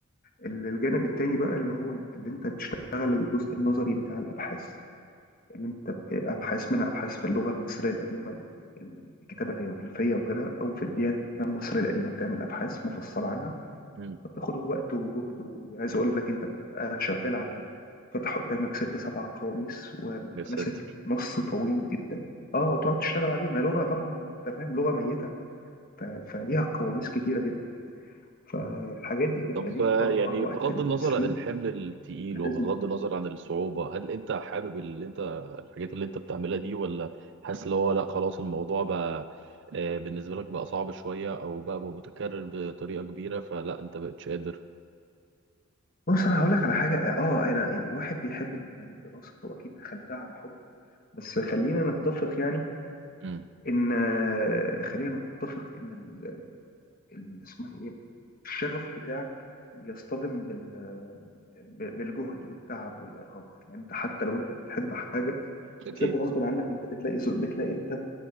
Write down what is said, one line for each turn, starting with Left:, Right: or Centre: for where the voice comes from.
Left: ال- الجانب التاني بقى اللي هو اللي انت بتشتغل الجزء النظري بتاع الأبحاث اللي انت ب- أبحاث منها أبحاث في اللغة المصرية القديمة ال- الكتابة الهيروغليفية وغيرها أو في الديانة المصرية القديمة بتعمل أبحاث مفصلة عنها
Right: امم
Left: فبتاخد وقت وجهد وعايز اقول لك انت بتبقى شغال على فتح قدامك ست سبع قواميس وماسك
Right: يا ساتر
Left: نص طويل جدا اه وتقعد تشتغل عليه ما هي لغه طبعا انت فاهم لغه ميته ف... فليها قواميس كتيره جدا فالحاجات دي بيبقى
Right: طب
Left: ليها
Right: آه،
Left: طبعا
Right: يعني
Left: وقت
Right: بغض
Left: للتسليم
Right: النظر عن الحمل التقيل
Left: فلازم
Right: وبغض النظر عن الصعوبة هل انت حابب اللي انت الحاجات اللي انت بتعملها دي ولا حاسس اللي هو لا خلاص الموضوع بقى آه، بالنسبة لك بقى صعب شوية او بقى متكرر بطريقة كبيرة فلا انت بقتش قادر
Left: بص انا هقول لك على حاجه اه انا الواحد بيحب الدراسه واكيد دخلتها عن حب بس خلينا نتفق يعني
Right: امم
Left: ان خلينا نتفق ان ال- اسمها ايه الشغف بتاعك يصطدم بال ب- بالجهد والتعب والارهاق يعني انت حتى لو انت بتحب حاجه
Right: اكيد
Left: بس انت غصب عنك انت بتلاقي زو- بتلاقي انت